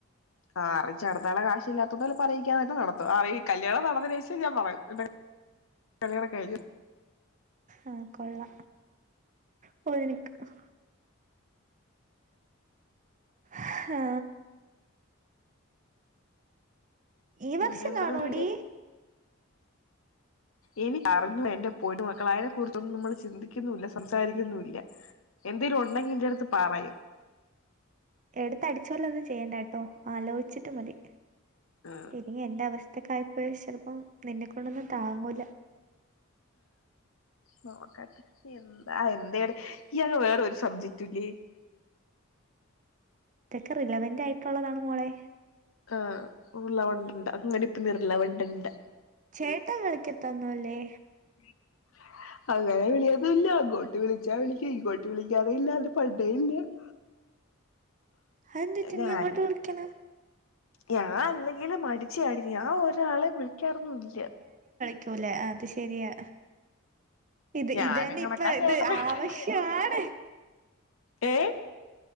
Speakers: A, on the left (about 75°); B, on the right (about 35°).
A: ആഹ് അറീച് നടത്താനുള്ള കാശ് ഇല്ലാതൊണ്ടല്ലേ ഇപ്പ അറിക്കാതെ നടത്തുന്നത് അ കല്യാണം നടന്നതിന് ശേഷം ഞാൻ പറയും. കല്യാണം കൈഞ്ഞോ.
B: ആ കൊള്ള പൊളിക്കും ഹ ഈ
A: പിന്നെ
B: വർഷംകാണോടി
A: എന്തുണ്ട് എനി <unintelligible> ഞ്ഞില്ല എന്റെ പൊന്നുമക്കള അതിനെക്കറിച്ചൊന്നും നമ്മൾ ചിന്തിക്കുന്നുല്ല സംസാരിക്കുന്നുല്ല എന്തേലും ഉണ്ടെങ്കി എന്റെടുത്ത് പറയും
B: എടുത്ത അടിച്ച പോല ഒന്നും ചെയ്യണ്ട കേട്ടോ ആലോചിച്ചിട്ട് മതി
A: ഉം
B: ഇനി എന്റെ അവസ്ഥക്കായപ്പോഴ ചിലപ്പം നിന്നെ കൊണ്ടൊന്നും താങ്ങൂല
A: നോക്കാട്ടെ എന്താ എന്തടെ ഈയാക് വേറ ഒരു സബ്ജറ്റൂല്ലേ <inaudible>
B: ഇതൊക്കെ റിലവന്റ് ആയിട്ടുള്ളതാണ് മോളെ
A: ആ് ഉരുളവണ്ടിണ്ട് അങ്ങനെ ഇപ്പ നിരുള വണ്ടിണ്ട
B: ചേട്ടൻ കളിക്കതൊന്നൂല്ലേ?
A: <unintelligible> അങ്ങനെ വിളിയൊന്നുല്ല അങ്ങോട്ട് വിളിച്ചാ വിളിക് ഇങ്ങോട്ട് വിളിക്കാറെ ഇല്ല അത് പണ്ടെ ഇല്ല <inaudible>
B: ഹന്ത്റ്റി
A: ഞാന്
B: നീയാങ്ങോട്ട്ളിക്കണ
A: ഞാൻ അല്ലെങ്കിലു മടിച്ചിയാടി ഞാൻ ഒരാളെ വിളിക്കാറൊന്നും ഇല്ല
B: ക്കൂലെ അത് ശെരിയാ ഇത്
A: ഞാനും
B: ഇതന്നെ
A: കണക്കാ
B: ഇപ്പൊ
A: ചേട്ടനും
B: ഇത് ആവശ്യാണ്
A: കണക്കാ ഏ